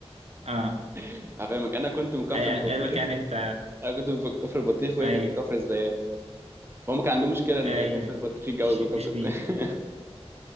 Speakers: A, on the right; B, on the right.
A: اه
B: انا فاهمك انا كنت من كفر
A: أي-
B: البطيخ
A: قال لك يعني انت
B: انا كنت من كفر البطيخ وهي
A: ايوه
B: كانت من كفر الزيات هم كان عندهم مشكله ان
A: ايوه
B: كفر البطيخ يتجوز
A: الشين
B: من كفر
A: مش
B: الزيات
A: بين